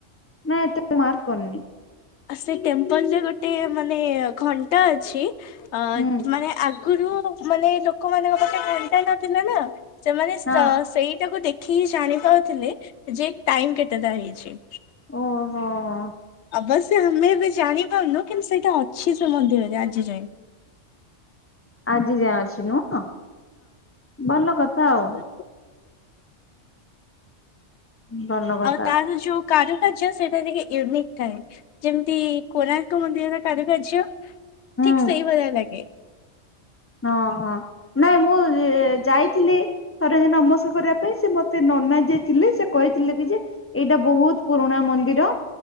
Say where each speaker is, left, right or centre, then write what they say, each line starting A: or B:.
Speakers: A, on the left; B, on the left.
A: ନା ଏତେ ମୁଁ ମାର୍କ କରିନି।
B: ଆ ସେଇ ଟେମ୍ପଲ ରେ ଗୋଟେ ମାନେ ଘଣ୍ଟା ଅଛି। ଆ
A: ହୁଁ
B: ମାନେ ଆଗରୁ ମାନେ ଲୋକମାନଙ୍କ ପାଖେ ଘଣ୍ଟା ନଥିଲା ନା। ସେମାନେ ସ
A: ହଁ।
B: ସେଇଟାକୁ ଦେଖିକି ଜାଣି ପାରୁଥିଲେ ଯେ ଟାଇମ କେତେଟା ହେଇଛି।
A: ଓ ହୋ ହ।
B: ଅବଶ୍ୟ ଆମେ ଏବେ ଜାଣିପାରୁନୁ କିନ୍ତୁ ସେଇଟା ଅଛି ସେ ମନ୍ଦିରରେ ଆଜି ଯାଏଁ।
A: ଆଜି ଯାଏଁ ଅଛି ନୁହଁ ଭଲ କଥା ଆଉ।
B: ହଁ।
A: ଭଲ କଥା
B: ଆଉ ତାର ଯୋଉ କାରୁକାର୍ଯ୍ୟ ସେଇଟା ଟିକେ ୟୁନିକ୍ ଥାଏ ଯେମିତି କୋଣାର୍କ ମନ୍ଦିରର। କାରୁକାର୍ଯ୍ୟ
A: ହୁଁ
B: ଠିକ ସେଇ ଭଳିଆ ଲାଗେ।
A: ଓ ହଁ ନାଇଁ ମୁଁ ଉ ଯାଇଥିଲି। ଥରେ ଜେ ନମସ୍ କରିବା ପାଇଁ ସେ ମତେ ନନା ଯିଏ ଥିଲେ ସେ କହିଥିଲେ କି ଯେ। ଏଇଟା ବହୁତ ପୁରୁଣା ମନ୍ଦିର